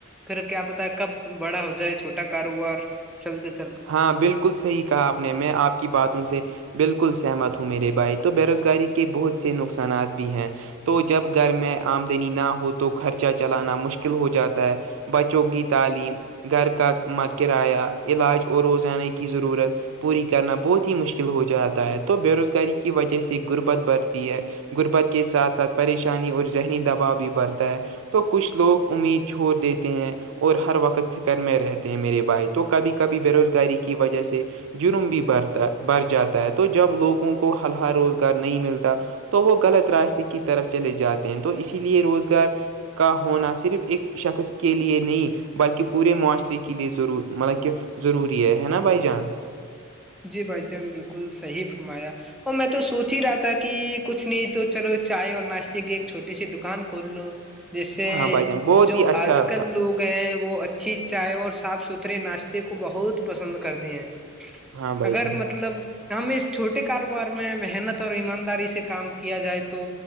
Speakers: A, in the centre; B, on the right (about 75°).
A: پھر کیا پتا ہے کب بڑا ہو جائے چھوٹا کاروبار چلتے چلتے
B: ہاں بالکل صحیح کہا آپ نے میں آپ کی باتوں سے بالکل سہمت ہوں میرے بھائی تو بے روزگاری کے بہت سے نقصانات بھی ہیں تو جب گھر میں آمدنی نہ ہو تو خرچہ چلانا مشکل ہو جاتا ہے بچوں کی تعلیم گھر کا کرایہ علاج اور روزانے کی ضرورت پوری کرنا بہت ہی مشکل ہو جاتا ہے تو بے روزگاری کی وجہ سے غربت بڑھتی ہے غربت کے ساتھ ساتھ پریشانی اور ذہنی دباؤ بھی بڑھتا ہے تو کچھ لوگ امید چھوڑ دیتے ہیں اور ہر وقت فکر میں رہتے ہیں میرے بھائی تو کبھی کبھی بے روزگاری کی وجہ سے جرم بھی برتا بر جاتا ہے تو جب لوگوں کو ہلا روزگار نہیں ملتا تو وہ غلط راستے کی طرف چلے جاتے ہیں تو اسی لیے روزگار کا ہونا صرف ایک شخص کے لیے نہیں بلکہ پورے معاشرے کے لیے ضرور مطلب کہ ضروری ہے نا بھائی جان
A: جی بھائی جان بالکل صحیح فرمایا اور میں تو سوچ ہی رہا تھا کہ کچھ نہیں تو چلو چائے اور ناشتے کی ایک چھوٹی سی دکان کھول لوں جیسے
B: ہاں بھائی جان بہت
A: جو
B: ہی اچھا
A: آج کل لوگ گئے ہیں وہ اچھی چائے اور صاف ستھرے ناشتے کو بہت پسند کرتے ہیں
B: ہاں
A: اگر
B: بھائی جان
A: مطلب ہمیں اس چھوٹے کاروبار میں محنت اور ایمانداری سے کام کیا جائے تو